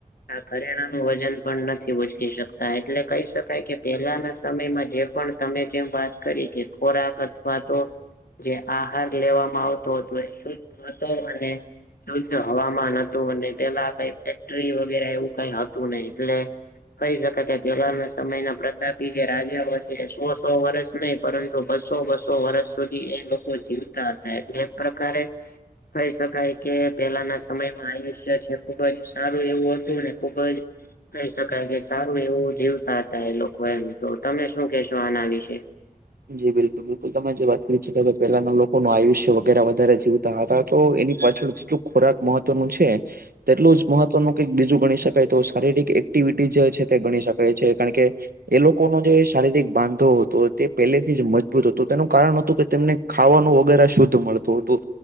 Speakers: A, on the left; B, on the right.
A: આ ઘરેણા નું વજન પણ નથી <unintelligible> ઊંચકી શકતા એટલે કહી શકાય કે પહેલાના સમયમાં જે પણ તમે જેમ વાત કરી કે ખોરાક અથવા તો જે આહાર લેવામાં આવતો હતો એ શુદ્ધ હતો અને શુદ્ધ હવામાન હતું અને પેલા કઈ ફેક્ટરી વગેરે એવું કઈ હતું નહીં એટલે કહી શકાય કે પહેલાના સમયના પ્રતાપી જે રાજાઓ છે સો સો વર્ષ નહી પરંતુ બસો બસો વર્ષ સુધી એ લોકો જીવતા હતા એટલે એક પ્રકારે કહી શકાય કે પહેલાના સમયમાં આયુષ્ય છે ખુબ જ સારું એવું હતું અને ખુબ જ કહી શકાય કે સારું એવું જીવતા હતા એ લોકો એમ તો તમે શું કેશો આના વિશે
B: જી બિલકુલ બિલકુલ તમે જે વાત <unintelligible> છે કે પેલાના લોકોનું આયુષ્ય વગેરા વધારે જીવ તો એની પાછળ જેટલું ખોરાક મહત્વનું છે તેટલું જ મહત્વનું ઈક બીજું ગણી શકાય તો શારીરિક એક્ટિવિટી જે છે તે ગણી શકાય છે કારણ કે એ લોકોનો જે શારીરિક બાંધો હતો તે પહેલેથી જ મજબૂત હતું તેનું કારણ હતું કે તેમને ખાવાનું વગેરે શુદ્ધ મળતું હતું